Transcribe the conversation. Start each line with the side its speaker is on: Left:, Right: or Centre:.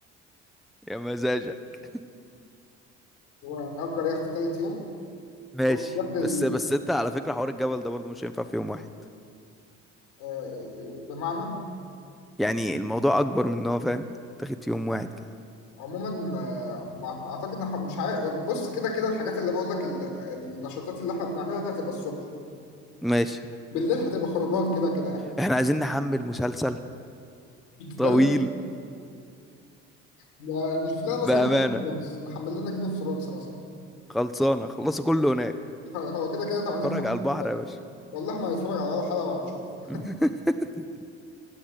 Centre: يا مزاجك
Left: ونأجر يخت تالت يوم
Centre: ماشي
Left: ونأجر ال-
Centre: بس بس انت على فكرة حوار الجبل ده برضو مش هينفع في يوم واحد
Left: آه، بمعنى
Centre: يعني الموضوع اكبر من ان هو فاهم تاخد في يوم واحد كده
Left: عموما آه، مع- اعتقد إن إحنا مش عارف بص كده كده الحاجات اللي بقول لك ال- النشاطات اللي احنا بنعملها ده هتبقى الصبح
Centre: ماشي
Left: بالليل هتبقى خروجات كده كده يعني
Centre: احنا عايزين نحمل مسلسل طويل
Left: ده اللي- يعني نشوف لنا
Centre: بامانه
Left: مثلا جيم اوف ثرونز نحمل لنا جيم اوف ثرونز مثلا
Centre: خلصانه خلصوا كله هناك
Left: هو كده كده 80
Centre: اتفرج
Left: حلقة
Centre: على البحر يا باشا
Left: والله ما هيتفرج على ولا حلقة وهتشوف
Centre: <laughs>